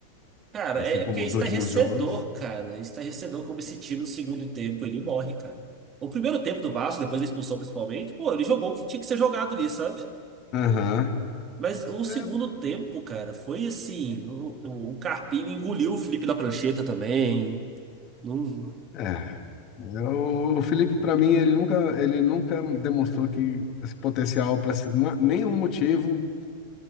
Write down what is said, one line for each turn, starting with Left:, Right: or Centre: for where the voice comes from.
Right: Cara,
Left: assim
Right: é, é
Left: como
Right: porque é
Left: os
Right: estarrecedor,
Left: últimos jogos.
Right: cara. É Estarrecedor como esse time no segundo tempo ele morre, cara. O primeiro tempo do Vasco, depois da expulsão principalmente, pô, ele jogou o que tinha que ser jogado ali, sabe?
Left: Aham.
Right: Mas o segundo
Left: É,
Right: tempo, cara, foi assim: o, o, o Carpini engoliu o Felipe da prancheta também. Não.
Left: é. É, O o Felipe, para mim, ele nunca, ele nunca demonstrou que esse potencial para ser nenhum motivo